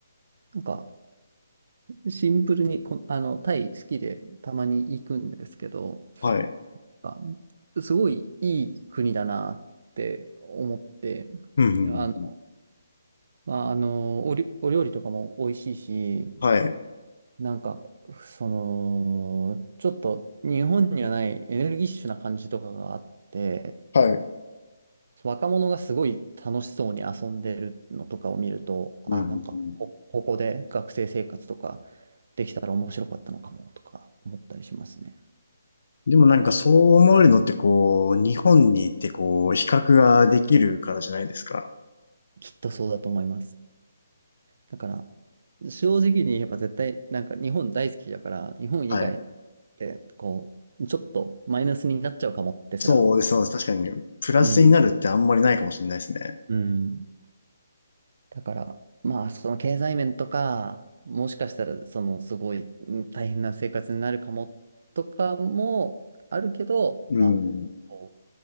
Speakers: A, on the right; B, on the left.
A: なんか、シンプルにこ、あの、タイ好きでたまに行くんですけど、
B: はい。
A: あすごいいい国だなって思って、
B: うん、うん、
A: あの、
B: うんうん。
A: まあ、あの、おり、お料理とかも美味しいし、
B: はい。
A: なんか、その、ちょっと日本にはないエネルギッシュな感じとかがあって、
B: はい。
A: 若者がすごい楽しそうに遊んでるのとかを見ると、
B: うん、
A: あ、
B: うん、
A: なんか、
B: うん。
A: こここで学生生活とかできたら面白かったのかもとか思ったりしますね。
B: でもなんかそう思えるのってこう、日本に行ってこう、比較ができるからじゃないですか。
A: きっとそうだと思います。だから、正直に言えば絶対、なんか日本大好きだから、日本以外
B: はい。
A: で、こう、ちょっとマイナスになっちゃうかもってすら。
B: そうです、そうです。確かに、プラスになるってあんまりないかもしれないですね。
A: うん。うん。だから、まあ、その経済面とか、もしかしたら、その、すごいうん大変な生活になるかもとかもあるけど、
B: うん。
A: まあ、こう